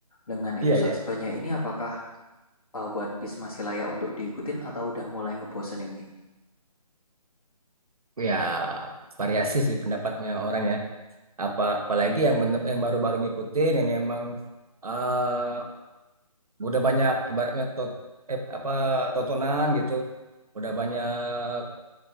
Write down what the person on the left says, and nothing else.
Dengan
episode
sebanyak ini apakah uh, One Piece masih layak untuk diikutin atau udah mulai ngebosenin nih?